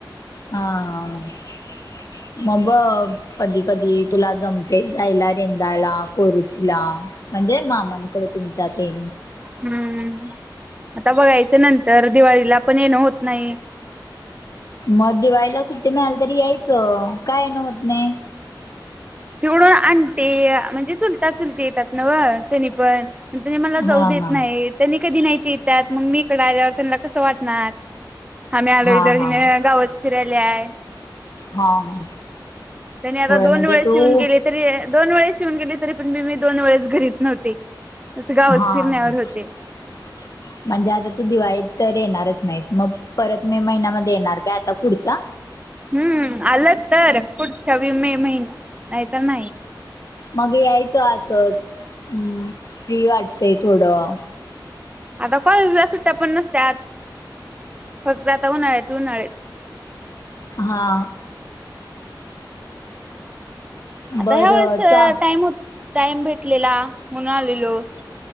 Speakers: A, on the left; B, on the right.
A: हा मग बग. कधी कधी तुला जमतेय जायला रेंदाला कोरुचीला. म्हणजे मामांकड तुमच्यात ते.
B: हम्म आता बघायचं नंतर दिवाळीला पण येणं होत नाही.
A: मग दिवाळीला सुट्टी मिळाली तरी यायचं का येणं होत नाही.
B: तेवडून आणते म्हणजे चुलता चुलते येतात नव त्यांनी पण. पण तुम्ही मला जाऊ
A: हा
B: देत
A: हा
B: नाही त्यांनी कधी नाहीती येतात मग मी इकड आल्यावर त्यांना कसं वाटणार. आम्ही आलो
A: हा
B: इधर
A: हा
B: हिने गावच फिरायला आहे.
A: हा हा.
B: त्यांनी आता
A: होय
B: दोन
A: म्हणजे
B: वेळे
A: तू
B: येऊन गेलीत तरी दोन वेळे येऊन गेलीत. तरी पण मी मी दोन वेळेस घरीच नव्हते नुसतं गावच
A: हा
B: फिरण्यावर होते.
A: <inaudible> म्हणजे आता तू दिवाळी तर येणारच नाहीस मग परत मे महिन्यामध्ये येणार काय आता पुढच्या?
B: हम्म आलं तर पुढच्या बी मे महिन्या नाही तर नाही.
A: मग यायचं असच हम् फ्री वाटतेय थोडं.
B: आता कॉलेजला सुट्ट्या पण नसत्यात फक्त आता उन्हाळ्यात उन्हाळी.
A: हा.
B: आता
A: बरं
B: ह्या वेळेस
A: चा
B: टाइम हो टाइम भेटलेला म्हणून आलेलो.